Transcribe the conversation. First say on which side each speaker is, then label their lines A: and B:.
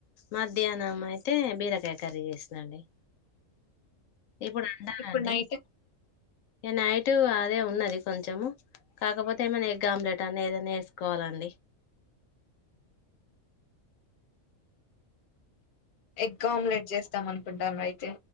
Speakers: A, on the left; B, on the left.
A: మధ్యాహ్నం అయితే బీరకాయ కర్రీ చేసినండి ఇప్పుడు అండాలండి
B: ఇప్పుడు నైట్
A: నైట్ అదే ఉన్నది కొంచము కాకపోతే ఏమైనా ఎగ్ ఆమ్లెట్ అన్న ఎదన్న వేసుకోవాలండి
B: ఎగ్గామ్లెట్ చేస్తాం అనుకుంటను అయితే